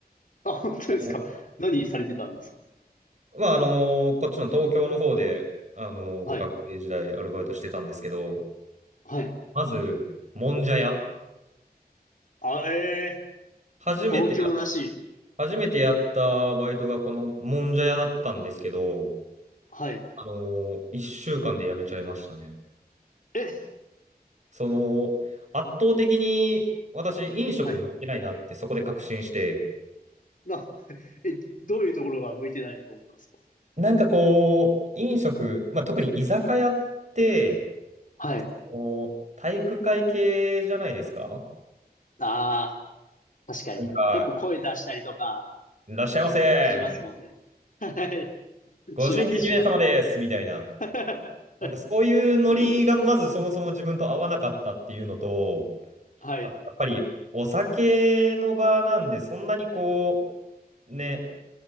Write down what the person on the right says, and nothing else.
あのまあ、あのこっちの東京の方で、あの学生時代アルバイトしてたんですけど、
まず、もんじゃ屋。
初めてや、
初めてやったバイトがこのもんじゃ屋だったんですけど、
あの一1週間で辞めちゃいましたね。
その、圧倒的に私、飲食向いてないなってそこで確信して、
なんかこう、飲食、まあ、特に居酒屋って、
こう体育会系じゃないですか
なんか、
いらっしゃいませみたいな。
ご新規に名様ですみたいな。
なんかそういうノリがまずそもそも自分と合わなかったっていうのと、
あとやっぱりお酒の場なんで、そんなにこう、ね、